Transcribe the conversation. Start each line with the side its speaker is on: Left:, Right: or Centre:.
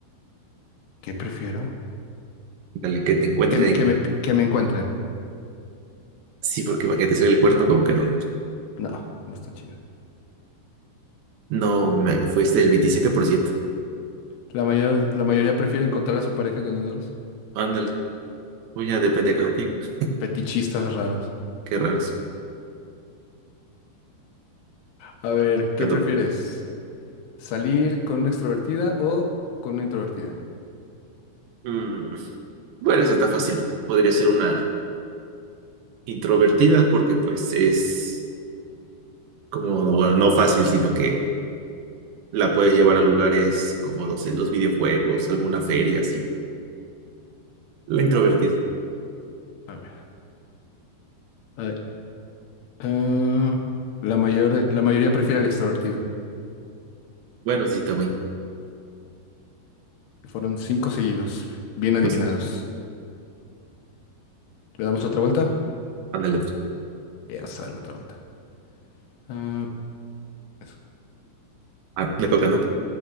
Left: ¿Qué prefiero?
Right: Dale, que te encuentren.
Left: Que me, que me, que me encuentren.
Right: Sí, porque imagínate, soy el cuerno, como que no.
Left: No, no está chido.
Right: No, me, fuiste el veintisiete por ciento
Left: La mayor, la mayoría prefiere encontrar a su pareja engañándolos.
Right: Ándale, pues ya depende de cada quien. pues.
Left: Fetichistas raros.
Right: Qué raros.
Left: A ver, ¿qué
Right: Te toca.
Left: prefieres? ¿Salir con una extrovertida o con una introvertida?
Right: Mm, bueno, eso está fácil. Podría ser una introvertida porque pues es como, bueno, no fácil, sino que la puedes llevar a lugares como, no sé, los videojuegos, alguna feria, así. La introvertida.
Left: A ver. Ay, ah, la mayor, la mayoría prefiere al extrovertido.
Right: Bueno, sí, también.
Left: Fueron cinco seguidos, bien adivinados.
Right: Pues,
Left: ¿Le damos otra vuelta?
Right: ándale, pues.
Left: Ya vamos a darle otra vuelta. Ah, es-
Right: Ah, me toca, ¿no?